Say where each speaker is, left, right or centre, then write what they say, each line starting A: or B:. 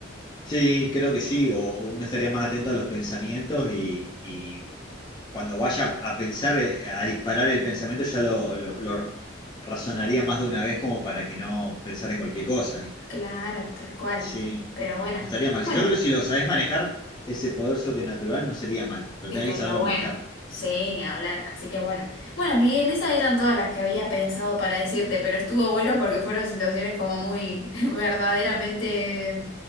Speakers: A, on the left; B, on the left.
A: Sí, creo que sí. O, o uno estaría más atento a los pensamientos y, y cuando vaya a pensar, eh, a disparar el pensamiento, ya lo, lo- lo razonaría más de una vez como para que no pensar en cualquier cosa, ¿viste?
B: Claro, tal cual.
A: Sí,
B: Pero
A: no,
B: bueno,
A: no estaría mal.
B: bueno,
A: Yo creo que si lo sabés manejar, ese poder sobrenatural no sería mal, pero
B: estaría
A: tenés que saberlo
B: bueno.
A: manejar.
B: Sí, ni hablar, así que bueno. Bueno, Miguel, esas eran todas las que había pensado para decirte, pero estuvo bueno porque fueron situaciones como muy, <laughs> verdaderamente,